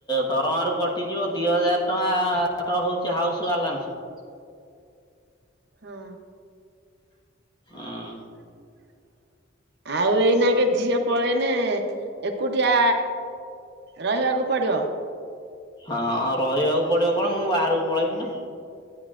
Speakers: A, on the left; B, on the right.
A: ଦରମାରୁ କଟିଯିବ ଦି ହଜାର ଟଙ୍କା <unintelligible> ହଉଚି ହାଉସ୍ ବାଲାନ୍ସ।
B: ହଁ।
A: ହୁଁ
B: ନା ଆଉ ଏଇନା କେ ଝିଅ ପଳେଇନେ ଏକୁଟିଆ ରହିବାକୁ ପଡ଼ିବ।
A: ହଁ ରହିବାକୁ ପଡିବ କଣ ମୁଁ ବାହାରକୁ ପଳେଇବି ନା।